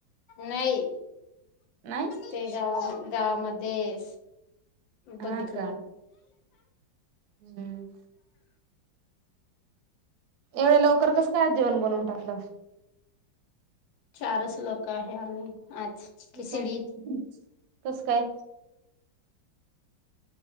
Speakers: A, on the left; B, on the right.
A: नाही
B: नाही
A: ते गावा गावामध्ये
B: हा
A: बघितलं
B: का हम्म एवढे लवकर कस काय आज जीवन बनवून टाकलं
A: चारच लोक आहे आम्ही आज खिचडी
B: कोण कोण कस काय